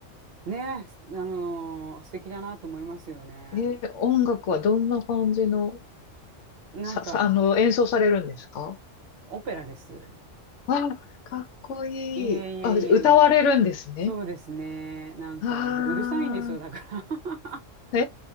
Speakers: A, on the right; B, on the left.
A: ね、あのー素敵だなと思いますよね。
B: ー音楽はどんな感じの、
A: なんか、
B: さ、さ、あの、演奏されるんですか
A: オペラです。
B: わあ、かっこいい。
A: いえいえいえいえ。
B: あ、じゃあ歌われるんですね。
A: そうですね。なんか、
B: ああ、
A: なんかうるさいんですよ、だから。
B: え